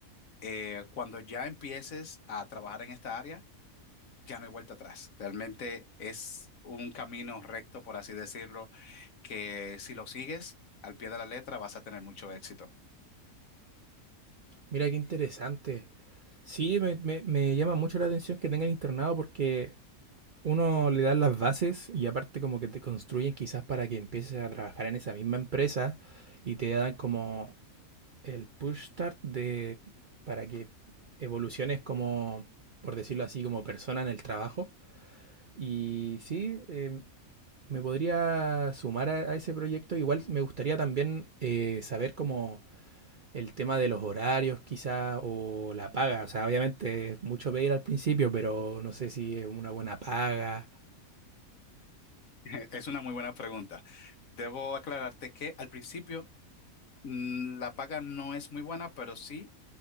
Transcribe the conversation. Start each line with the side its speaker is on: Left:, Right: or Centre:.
Left: eh, cuando ya empieces a trabajar en esta área, ya no hay vuelta atrás. Realmente es un camino recto, por así decirlo, que si lo sigues al pie de la letra vas a tener mucho éxito.
Right: Mira qué interesante. Sí, me, me- me llama mucho la atención que tengan internado porque uno le dan las bases y aparte como que te construyen quizás para que empieces a trabajar en esa misma empresa y te dan como el push start de para que evoluciones como, por decirlo así, como persona en el trabajo. Y sí, eh, me podría sumar a, a, ese proyecto. Igual me gustaría también eh, saber como el tema de los horarios quizás o la paga. O sea, obviamente es mucho pedir al principio, pero no sé si es una buena paga
Left: <laughs> Es una muy buena pregunta. Debo aclararte que al principio mm, la paga no es muy buena, pero sí